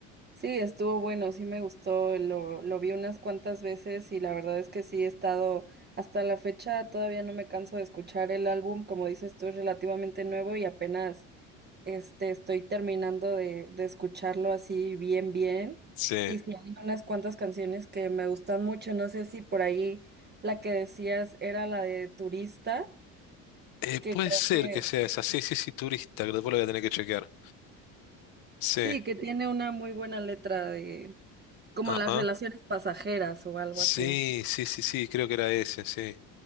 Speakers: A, on the right; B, on the left.
A: Sí, estuvo bueno, sí me gustó, lo, lo vi unas cuantas veces y la verdad es que sí he estado hasta la fecha, todavía no me canso de escuchar el álbum, como dices tú, es relativamente nuevo y apenas este estoy terminando de, de escucharlo así bien bien.
B: Sí.
A: Y sí hay unas cuantas canciones que me gustan mucho, no sé si por ahí la que decías era la de Turista,
B: Eh, puede
A: que creo
B: ser
A: que
B: que sea esa. Sí, sí, sí, turista, que después lo voy a tener que chequear. Sí,
A: sí, que tiene una muy buena letra de como
B: ajá.
A: las relaciones pasajeras o algo
B: Sí,
A: así.
B: sí, sí, sí, creo que era ese, sí.